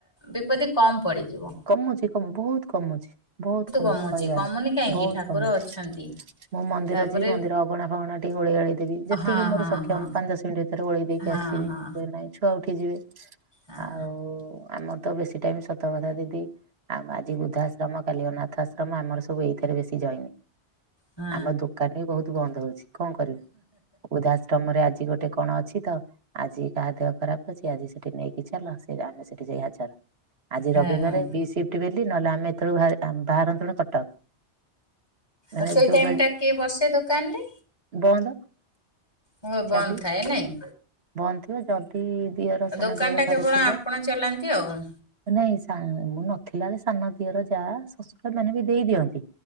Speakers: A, on the left; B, on the right.
A: ବିପତ୍ତି କମ ପଡିଯିବ।
B: କମୁଛି କମୁ ବହୁତ କମୁଛି ବହୁତ କମୁ
A: କମୁଛି
B: କହିବାର
A: କମୁନି
B: ନାହିଁ
A: କାହିଁକି
B: ବହୁତ
A: ଠାକୁର
B: କମୁ ଅଛି।
A: ଅଛନ୍ତି
B: ମୁଁ ମନ୍ଦିର
A: ତାପରେ
B: ଯିବି ମନ୍ଦିର ଅଗଣା ଫଗଣା ଟିକେ ଓଳେଇ ଆଳେଇ ଦେବି ଯେତିକି
A: ହଁ
B: ମୋର
A: ହଁ
B: ସକ୍ଷମ
A: ହଁ
B: ପାଞ୍ଚ ଦଶ ମିନିଟ୍ ସେଇଠୁ ଓଳେଇ ଦେଇକି
A: ହଁ
B: ଆସିବି
A: ହଁ
B: କୁହେ ନାହିଁ ଛୁଆ ଉଠି ଯିବେ
A: ହଁ
B: ଆଉ ଆମର ତ ବେଶୀ ଟାଇମ ସତ କଥା ଦି ଦେଇ ଆଉ ଆଜି ବୃଦ୍ଧା ଆଶ୍ରମ କାଲି ଅନାଥ ଆଶ୍ରମ ଆମର ସବୁ ଏଇଥିରେ ବେଶୀ ଜଏନି।
A: ହଁ
B: ଆମ ଦୋକାନ ବି ବହୁତ ବନ୍ଦ ହଉଛି କଣ କରିବି ଉଦାସ ଷ୍ଟମରେ ଆଜି ଗୋଟେ କଣ ଅଛି ତ! ଆଜି କାହା ଦେହ ଖରାପ ଅଛି ଆଜି ସେଠି ନେଇକି ଚାଲ ସେଠି ଆମେ ସେଠି ଯାଇ ହାଜର। ଆଜି
A: ହଁ
B: ରବିବାରେ
A: ହଁ
B: ବି ସିଫ୍ଟ ବେଲି ନହେଲେ ଆମେ ଏତଳୁ ବାହାରିଥାନ୍ତୁ ବାହାରନ୍ତଣୁ କଟକ। ମାନେ
A: ଆଉ ସେଇ
B: ଯୋଉ
A: ଟାଇମ ଟା କିଏ ବସେ ଦୋକାନରେ?
B: ବନ୍ଦ
A: ହଁ ବନ୍ଦ
B: ଚାବି
A: ଥାଏ ନାଇଁ?
B: ବନ୍ଦ ଥିବ ଯଦି ଦିଅର ସାନ
A: ଦୋକାନ
B: ଦିଅର
A: ଟା
B: ଘରେ
A: କେବଳ
B: ଥିବ
A: ଆପଣ ଚଲାନ୍ତି ଆଉ।
B: ନାଇଁ ସା ମୁଁ ନଥିଲାବେଳେ ସାନ ଦିଅର ଯାଆ ଶଶୁରମାନେ ବି ଦେଇ ଦିଅନ୍ତି